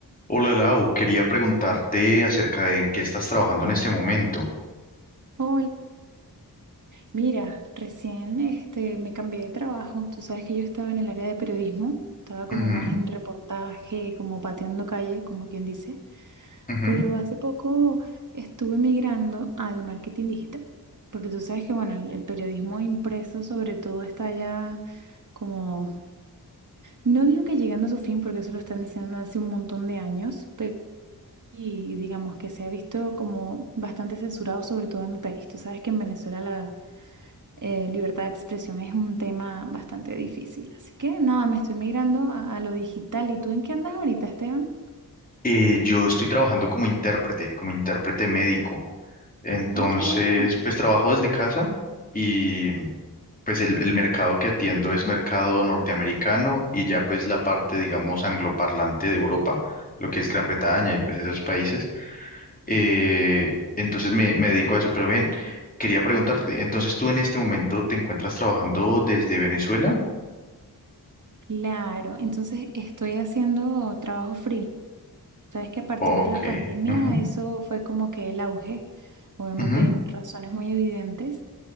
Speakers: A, on the left; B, on the right.
A: Hola Lau, quería preguntarte acerca de en qué estás trabajando en este momento.
B: Hola, mira, recién este, me cambié de trabajo. Tú sabes que yo estaba en el área de periodismo, estaba como
A: Ujú,
B: más en reportaje, como pateando calle, como quien dice,
A: ujú.
B: pero hace poco estuve migrando al marketing digital, porque tú sabes que, bueno, el, el periodismo impreso sobre todo está ya como, no digo que llegando a su fin, porque eso lo están diciendo hace un montón de años, pero... Y digamos que se ha visto como bastante censurado, sobre todo en mi país. Tú sabes que en Venezuela la, eh, libertad de expresión es un tema bastante difícil. Así que nada, me estoy migrando a, a lo digital. ¿Y tú en qué andas ahorita, Esteban?
A: Eh, yo estoy trabajando como intérprete, como intérprete médico. Entonces,
B: Ay, qué buena.
A: pues trabajo desde casa y pues el, el mercado que atiendo es mercado norteamericano y ya pues la parte, digamos, angloparlante de Europa, lo que es Gran Bretaña y pues esos países. Eh, entonces me, me dedico a eso, pero ven, quería preguntarte, entonces tú en este momento te encuentras trabajando desde Venezuela.
B: Claro, entonces estoy haciendo trabajo freelance. Sabes que a partir
A: Ok.
B: de la pandemia
A: Ujú,
B: eso fue como que el auge, obviamente
A: ujú,
B: razones muy evidentes.